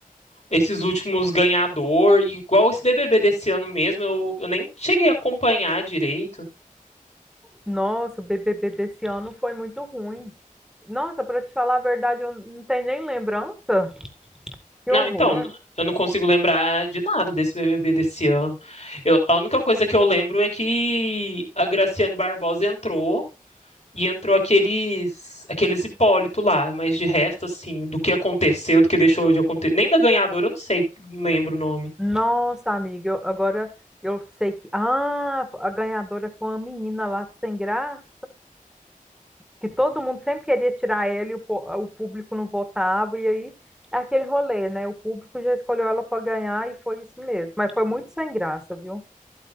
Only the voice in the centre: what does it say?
Nossa, o BBB desse ano foi muito ruim. Nossa, pra te falar a verdade, eu não tenho nem lembrança. Que
horror.
Nossa, amiga, eu- agora eu sei que. Ah, a ganhadora foi uma menina lá sem graça, que todo mundo sempre queria tirar ela e o, po- o público não votava, e aí é aquele rolê, né? O público já escolheu ela para ganhar e foi isso mesmo. Mas foi muito sem graça, viu?